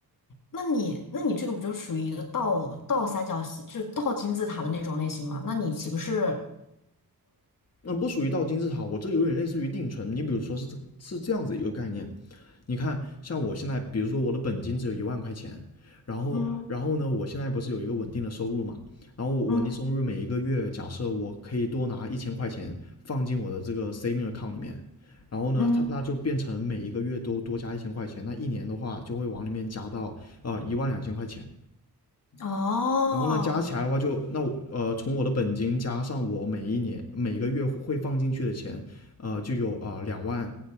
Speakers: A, on the left; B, on the left.
A: 那你那你这个不就属于一个倒倒三角形，就是倒金字塔的那种类型嘛？那你岂不是，
B: 那、不属于到金字塔，我这有点类似于定存，你比如说是这个是这样子一个概念，你看，像我现在，比如说我的本金只有一万块钱，然后，
A: 嗯
B: 然后呢，我现在不是有一个稳定的收入嘛？然后我稳定收入每一个月，
A: 嗯
B: 假设我可以多拿一千块钱放进我的这个 saving account 里面，然后呢，
A: 嗯，
B: 它那就变成每一个月都多加一千块钱，那一年的话就会往里面加到啊一万两千块钱。
A: 哦，
B: 然后呢，加起来的话就那我呃，从我的本金加上我每一年每个月会放进去的钱，呃，就有啊呃两、万